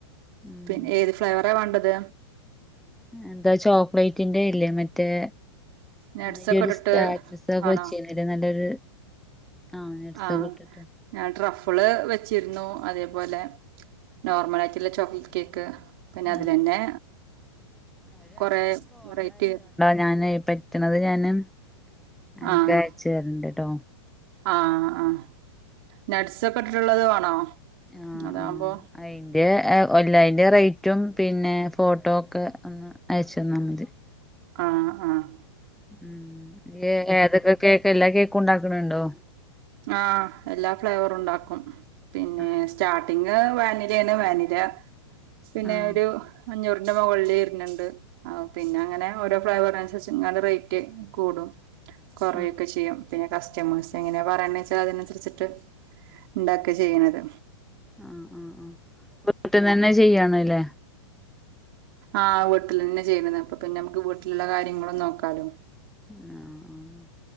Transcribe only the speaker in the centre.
ഉം
എന്താ ചോക്ലേറ്റിന്റെയില്ലേ? മറ്റേ
അന്നീയ്യൊരു
സ്റ്റാറ്റസൊക്കെ
വെച്ചീന്നില്ലേ നല്ലൊരു ആഹ് നട്സൊക്കെ
ഇട്ടിട്ട്
ആഹ്
ഞാനേ, പറ്റണത് ഞാനും അൻക്ക
അയച്ചു തരണ്ട് ട്ടോ?
ആഹ്
ആഹ് അയിന്റെ ഒ എല്ല അയിന്റെ റേറ്റും പിന്നെ, ഫോട്ടോ ഒക്ക ഒന്ന്. അയച്ചന്നാ, മതി.
ഉം, ഏ, ഏതൊക്കെ കേക്ക് എല്ലാ കേക്കും ഉണ്ടാക്കണുണ്ടോ?
ആഹ്
ആഹ്
ആഹ്
<unintelligible> വീട്ടിന്നന്നെ ചെയ്യണല്ലേ?
ആഹ്‌, ആഹ്‌,